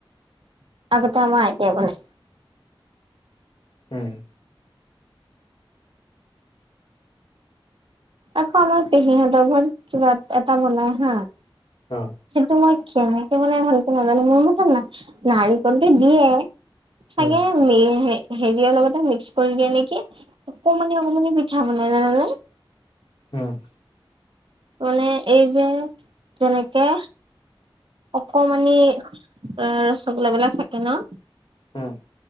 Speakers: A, on the right; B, on the left.
A: আগতে, আমাৰ আইতাই বনাই।
B: উম'
A: আকৌ আমাৰ পেহীহঁতৰ ঘৰত, কিবা এটা বনাই হা।
B: অ
A: সেইটো মই, কেনেকে বনাই ভালকে নাজানো, মোৰ মতে না-নাৰিকলটো দিয়ে চাগে
B: উম
A: মে হেৰিয়ৰ লগতে মিক্স কৰি দিয়ে নেকি, অকমানি-অকমানি পিঠা বনাই জানানে?
B: উম'
A: মানে, এই যে যেনেকে অকমানমানি ৰসগোল্লাাবিলাক থাকে ন?
B: উম'